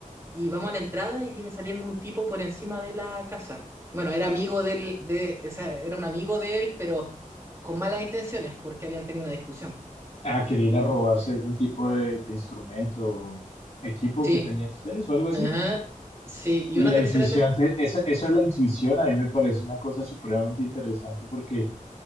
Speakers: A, on the right; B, on the left.
A: y vamos a la entrada y viene saliendo un tipo por encima de la casa. Bueno, era amigo del de, o sea, era un amigo de él, pero con malas intenciones porque habían tenido una discusión.
B: Ah, quería ir a robarse algún tipo de, de instrumento o equipo
A: Sí,
B: que tenían ustedes o algo así.
A: ajá, sí, y
B: Y
A: una
B: la
A: tercera
B: intuición,
A: temporada
B: te- eso, eso de la intuición a mí me parece una cosa supremamente interesante porque